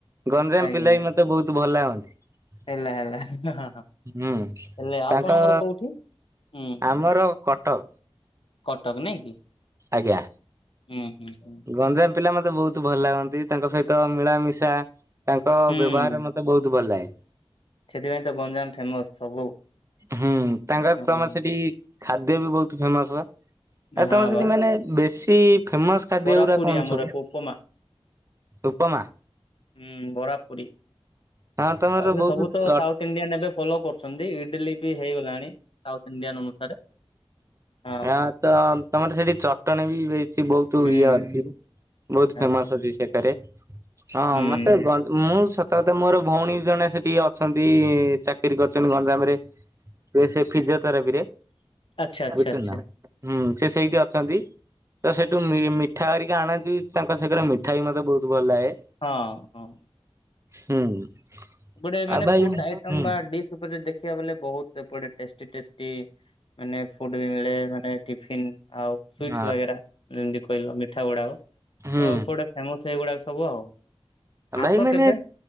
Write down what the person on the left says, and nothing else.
ଆଜ୍ଞା
ହେଲା ହେଲା ହଁ ହଁ
ହେଲେ ଆପଣଙ୍କର
କୋଉଠି? ହୁଁ
କଟକ ନାଇଁ କି?
ହୁଁ ହୁଁ ହୁଁ।
ହୁଁ
ସେଥିପାଇଁ ତ ଗଞ୍ଜାମ ଫେମସ ସବୁ
ହଁ,
ହଁ
ବା
ବରା
ପୁରୀ
ଆମର
ଉପମା
ହୁଁ ବରା ପୁରି,
ଆଉ ଏବେ
ସବୁ ତ
ସାଉଥ ଇଣ୍ଡିଆନ୍ ଏବେ ଫଲୋ କରୁଛନ୍ତି ଇଡିଲି ବି ହେଇଗଲାଣି। ସାଉଥ ଇଣ୍ଡିଆନ୍ ଅନୁସାରେ। ହଁ
ହୁଁ
ଆଜ୍ଞା।
ହୁଁ
ଆଚ୍ଛା ଆଚ୍ଛା
ଆଚ୍ଛା
ହଁ ହଁ।
ଗୋଟେ ମାନେ
ଫୁଡ ଆଇଟମ
ବା ଡିସ୍ ଉପରେ ଦେଖିବାକୁ ବଲେ ବହୁତ ସେପଟେ ଟେଷ୍ଟି ଟେଷ୍ଟି। ଟି ମାନେ ଫୁଡରେ ମାନେ ଟିଫିନ୍ ଆଉ ସୁଇଟସ୍
ବଗେରା। ଯେମତି କହିଲ ମିଠା ଗୁଡାକ ତ
ଏପଟେ ଫେମସ ଏଇଗୁଡାକ ସବୁ ଆଉ।
ଆସ
କେବେ